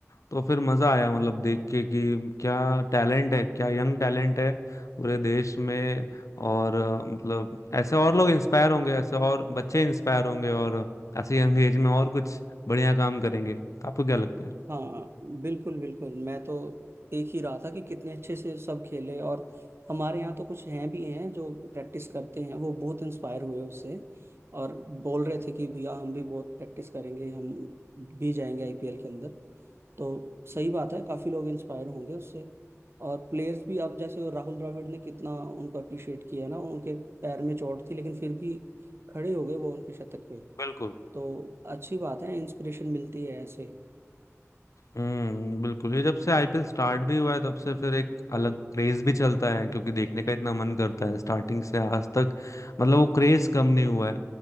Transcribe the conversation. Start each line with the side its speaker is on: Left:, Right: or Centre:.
Left: तो फिर मजा आया मतलब देख के कि क्या टैलेंट है क्या यंग टैलेंट है पूरे देश में और अ, मतलब ऐसे और लोग इंस्पायर होंगे ऐसे और बच्चे इंस्पायर होंगे और ऐसे यंग एज में और कुछ बढ़िया काम करेंगे आपको क्या लगता है
Right: हाँ बिल्कुल बिल्कुल मैं तो देख ही रहा था कि कितने अच्छे से सब खेले और हमारे यहाँ तो कुछ हैं भी हैं जो प्रैक्टिस करते हैं वो बहुत इंस्पायर हुए उससे और बोल रहे थे कि भैया हम भी बहुत प्रैक्टिस करेंगे हम भी जाएंगे आईपीएल के अंदर तो सही बात है काफ़ी लोग इंस्पायर होंगे उससे और प्लेयर्स भी अब जैसे वो राहुल द्रविड़ ने कितना उनको अप्रिशिएट किया है ना उनके पैर में चोट थी लेकिन फिर भी खड़े हो गए वो उनके शतक पे
Left: बिल्कुल
Right: तो अच्छी बात है इंस्पिरेशन मिलती है ऐसे
Left: हम्म बिल्कुल ये जब से आईपीएल स्टार्ट भी हुआ है तब से फिर एक अलग क्रेज भी चलता है क्योंकि देखने का इतना मन करता है स्टार्टिंग से आज तक मतलब वो क्रेज कम नहीं हुआ है